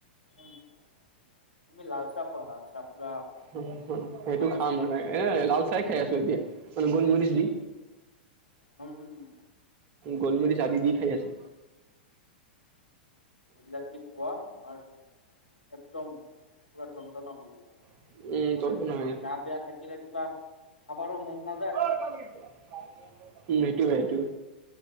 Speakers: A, on the left (about 80°); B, on the right (about 40°).
A: হুম হুম। তুমি লালচাহ খোৱা লালচাহ পুৰা
B: উম সেইটো
A: আদা
B: খাম
A: চাদা
B: মানে
A: দি ইলাইচি
B: এ লাল চাই খাই আছো এতিয়া মানে গোলমৰিচ দি।
A: হুম হুম হুম।
B: গোলমৰিচ আদি দি খাই আছো।
A: উম', ৰাতিপুৱা তোমাৰ একদম, পোৰা তন্তনা হৈ যাব
B: আৰু
A: মানে
B: তলটো নহয়
A: গা বেয়া থা কিলে কিবা খাবাৰো মন না
B: <unintelligible> উম' এইটো এইটো